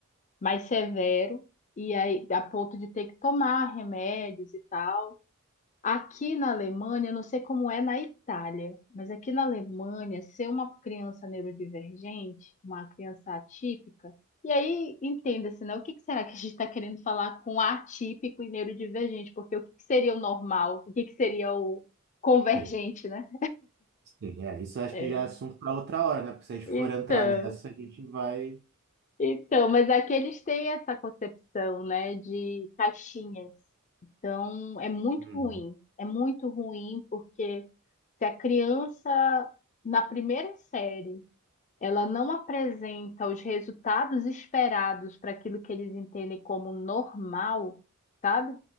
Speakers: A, on the left; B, on the right.
A: mais severo e aí a ponto de ter que tomar remédios e tal. Aqui na Alemanha, eu não sei como é na Itália, mas aqui na Alemanha, ser uma criança neurodivergente, uma criança atípica, e aí entenda-se, né? O que que será que a gente está querendo falar com atípico e neurodivergente? Porque o que que seria o normal? O que que seria o convergente,
B: Sim,
A: né?
B: sim, é. Isso acho
A: É,
B: que já é assunto para outra hora, né? Porque se a gente
A: Então,
B: for entrar nessa, a gente vai.
A: então, mas aqui eles têm essa concepção, né, de caixinhas. Então, é muito
B: Uhum,
A: ruim. É muito ruim porque Se a criança, na primeira série, ela não apresenta os resultados esperados para aquilo que eles entendem como normal, sabe?